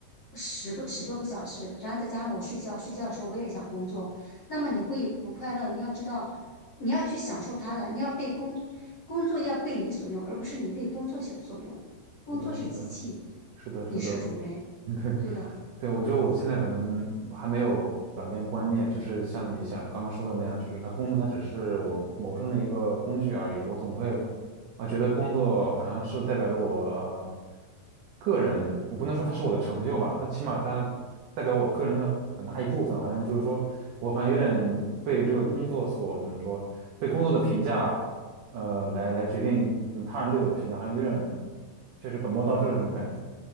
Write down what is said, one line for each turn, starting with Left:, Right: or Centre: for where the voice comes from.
Left: 十个十多个小时，然后再加上我睡觉，睡觉的时候我也想工作，那么你会不快乐。你要知道，你要去享受它的，你要被工工作要被你所用，而不是你为工作所所用。工作是机器，
Right: 是的，是的，是的，
Left: 你是主人，
Right: 是的，<laughs> 对，
Left: 对的。
Right: 对，我觉得我现在可能还没有转变观念，就是像你想刚刚说的那样，就是他工作它只是我谋生的一个工具而已。我总会啊觉得工作好像是代表着我呃个人，我不能说它是我的成就吧，它起码它代表我个人的很大一部分，好像就是说我好像有点被这个工作所怎么说，被工作的评价呃来来决定嗯他人对我的评价，好像有点确实本末倒置的这种感觉。